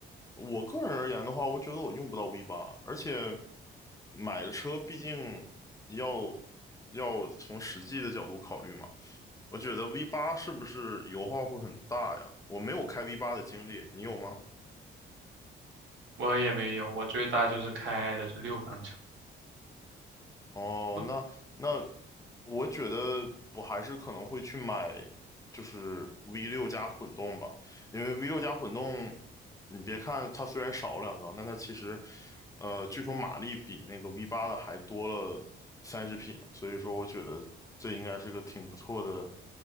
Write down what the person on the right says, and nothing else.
我也没有，我最大就是开的是六缸车，
哦